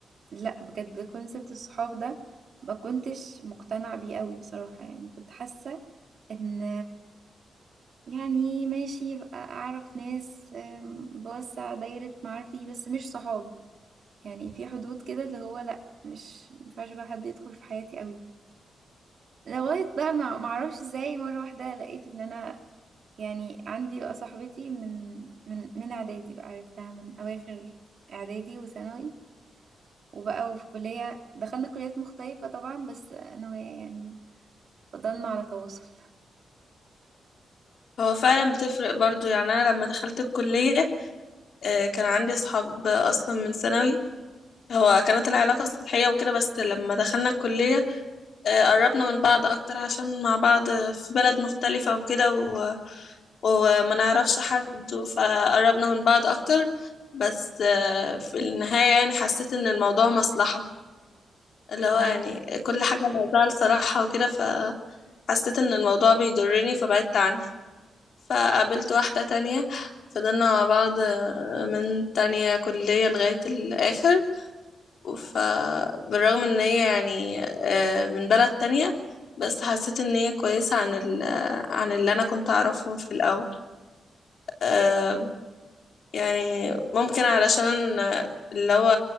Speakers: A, on the right; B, on the left.
A: لا بجد كونسبت الصحاب ده ما كنتش مقتنعه بيه قوي بصراحه يعني كنت حاسه ان يعني ماشي يبقى اعرف ناس آم، بوسع دايره معارفي بس مش صحاب يعني في حدود كده اللي هو لا مش مينفعش بقى حد يدخل في حياتي قوي لغاية بقى ما معرفش ازاي مرة واحدة لقيت ان انا يعني عندي بقى صاحبتي من من من اعدادي بقى عرفتها من اواخر اعدادي وثانوي وبقى وفي كلية دخلنا كليات مختلفة طبعا بس انا وهي يعني فضلنا على تواصل
B: هو فعلا بتفرق برضو يعني أنا لما دخلت الكلية أه، كان عندي أصحاب أصلا من ثانوي هو كانت العلاقة سطحية وكده بس لما دخلنا الكلية آه، قربنا من بعض اكتر عشان مع بعض في بلد مختلفة وكده و... وما نعرفش حد فقربنا من بعض اكتر بس آه، في النهاية يعني حسيت ان الموضوع مصلحة
A: <laughs>
B: اللي هو
A: أم
B: يعني كل حاجة عاوزاها لصالحها وكده فحسيت ان الموضوع بيضرني فبعدت عنها فقابلت واحدة تانية فضلنا مع بعض آه، من تانية كلية لغاية الآخر فبالرغم ان هي يعني آه، من بلد تانية بس حسيت ان هي كويسة عن ال عن اللي انا كنت اعرفهم في الاول آم، يعني ممكن علشان آه، اللي هو